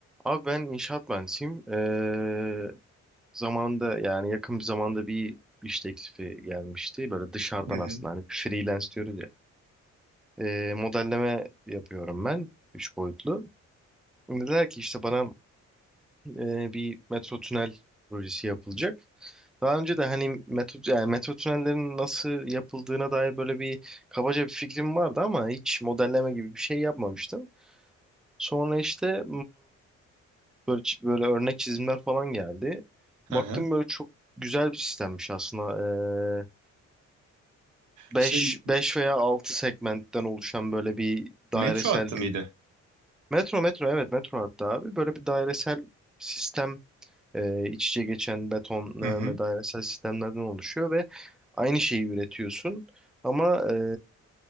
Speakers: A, in the centre; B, on the right.
A: Abi ben inşaat mühendisiyim. Ee, zamanında yani yakın bir zamanda bir iş teklifi gelmişti. Böyle dışarıdan
B: Hı
A: aslında
B: hı.
A: hani freelance diyoruz ya. Ee, modelleme yapıyorum ben. Üç boyutlu. Dediler ki işte bana e, bir metro tünel projesi yapılacak. Daha önce de hani metro, yani metro tünellerin nasıl yapıldığına dair böyle bir kabaca bir fikrim vardı ama hiç modelleme gibi bir şey yapmamıştım. Sonra işte Böyle, çi- böyle örnek çizimler falan geldi.
B: Hı
A: Baktım
B: hı.
A: böyle çok güzel bir sistemmiş aslında. Ee, beş
B: Şey
A: beş veya 6 segmentten oluşan böyle bir
B: metro
A: dairesel
B: hattı mıydı?
A: bir metro metro evet metro hatta abi böyle bir dairesel sistem e, iç içe geçen beton
B: Hı hı.
A: ve dairesel sistemlerden oluşuyor ve aynı şeyi üretiyorsun ama e,